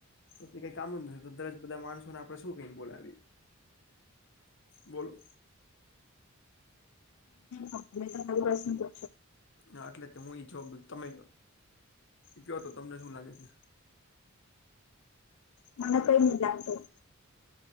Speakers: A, on the left; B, on the left.
A: તો કઈ કામ નથી તો દર બધા માણસોને આપણે શું કઈ બોલાવીએ? બોલો
B: હ તમે તો પ્રશન પો
A: હ એટલે હું ઈ જવા તમે કયો તો તમને શું લાગે છે
B: મને કઈ નહી લાગતું